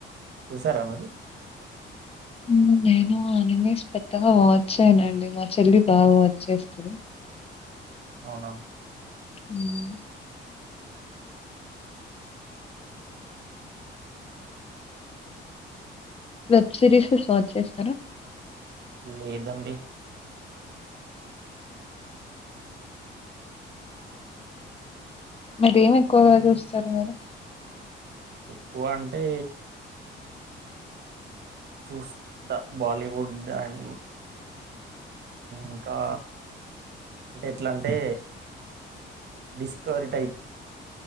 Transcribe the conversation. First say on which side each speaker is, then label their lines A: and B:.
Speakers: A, on the right; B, on the left.
A: చూసారా మీరు
B: హ్మ్. నేను ఆ నస్ పెద్దగా వాచ్ చేయనండి మా చెల్లి బాగా వాచ్ చేస్తుంది
A: అవునా
B: హ వెబ్ సిరీస్ వాచ్ చేస్తారా
A: లేదండి
B: మర ఏమి ఎక్కువగా చూస్తారు మీరు
A: ఎక్కువ అంటే చూస్తా బాలీవుడ్ అండ్ ఇంకా అంటే ఎట్లా అంటే డిస్కవరీ టైప్